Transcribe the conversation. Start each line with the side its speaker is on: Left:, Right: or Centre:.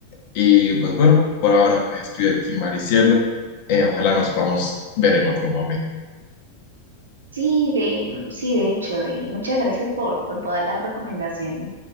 Left: Y pues bueno, por ahora me despido de ti, Maricielo. Eh, ojalá nos podamos ver en otro momento.
Right: Sí, de, sí, de hecho, y muchas gracias por, por todas las recomendaciones.